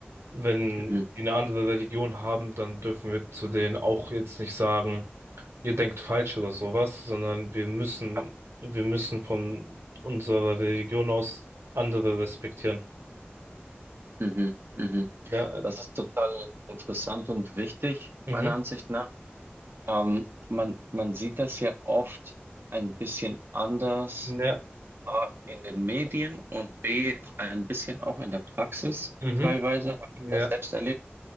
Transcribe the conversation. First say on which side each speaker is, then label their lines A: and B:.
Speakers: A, on the right; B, on the right.
A: wenn
B: mhm,
A: die eine andere Religion haben, dann dürfen wir zu denen auch jetzt nicht sagen, ihr denkt falsch oder sowas, sondern wir müssen,
B: klar.
A: wir müssen von unserer Religion aus andere respektieren.
B: Mhm, mhm.
A: Ja,
B: Das ist total interessant und wichtig,
A: Mhm.
B: meiner Ansicht nach. Ähm, man, man sieht das ja oft ein bisschen anders
A: ja,
B: A, in den Medien und B, ein bisschen auch in der Praxis.
A: Mhm.
B: Teilweise habe ich
A: ja.
B: das selbst erlebt,